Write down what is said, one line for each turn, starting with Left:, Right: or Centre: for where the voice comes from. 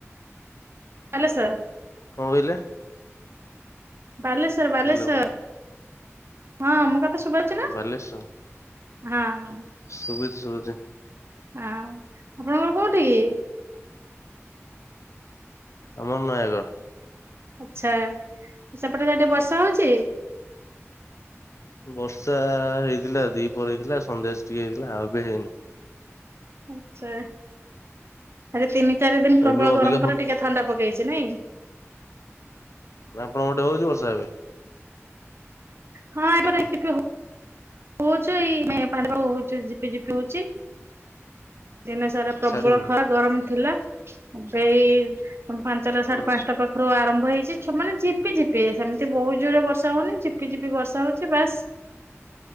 Right: ବାଲେଶ୍ୱର।
Left: କଣ କହିଲେ?
Right: ବାଲେଶ୍ଵର ବାଲେଶ୍ଵର
Left: ହ୍ୟାଲୋ
Right: ହଁ ମୋ କଥା ଶୁଭା ଆଉଚି ନା
Left: ବାଲେଶ୍ଵର।
Right: ହଁ ହଁ।
Left: ଶୁବୁଚି ଶୁବୁଚି।
Right: ଆଁ ଆପଣଙ୍କର କୋଉଠି କି?
Left: ଆମ ଘର ନୟାଗଡ଼।
Right: ଆଚ୍ଛା ସେପଟେ ସାଇଟ୍ରେ ବର୍ଷା ହଉଚି?
Left: ବର୍ଷା ହେଇଥିଲା ଦିପରେ ହେଇଥିଲା ସନ୍ଧ୍ୟାସି ଟିକେ ହେଇଥିଲା ଆଉ ଏବେ ହେଇନି।
Right: ଆଚ୍ଛା ଆରେ ତିନି ଚାରି ଦିନ
Left: ଏବେ
Right: ପ୍ରବଳ
Left: ଅବିକା
Right: ଗରମ ପରେ ଟିକେ ଥଣ୍ଡା ପକେଇଚି ନାଇଁ।
Left: ଆପଣଙ୍କ ପଟେ ହଉଚି ବର୍ଷା ଏବେ?
Right: ହଁ ଆମର ଏଠି ବି ହଉ ହଉଚି ଏଇ <unintelligible> ଝିପି ଝିପି ହଉଚି। ଦିନେ ସାରା ପ୍ରବଳ
Left: ଛାଡିନି
Right: ଖରା ଗରମ ଥିଲା ଏବେ ଏଇ ପାଞ୍ଚଟା ସାଢେ
Left: ହୁଁ
Right: ପାଞ୍ଚଟା ପ ପାଖରୁ ଆରମ୍ଭ ହେଇଚି ମାନେ ଝିପି ଝିପି ସେମିତି ବହୁତ ଜୋରେ ବର୍ଷା ହଉନି ଝିପି ଝିପି ବର୍ଷା ହଉଚି ବାସ୍